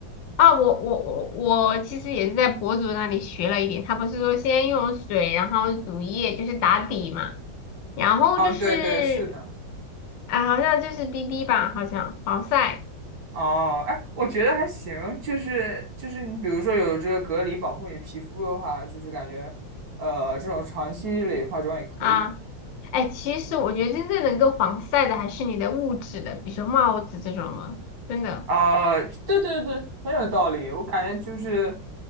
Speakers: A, on the left; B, on the right.
A: 啊，我我我我其实也是在博主那里学了一点，他不是说先用水，然后乳液，就是打底嘛，然后就是
B: 嗯，对对，是的。
A: 啊，好像就是 BB 吧，好像防晒
B: 哦，哎，我觉得还行，就是就是你比如说有这个隔离保护你皮肤的话，就是感觉，呃，这种长期累化妆也可以。
A: 啊，哎，其实我觉得真正能够防晒的还是你的物质的，比如说帽子这种了，真的，
B: 啊、对对对，很有道理。我感觉就是，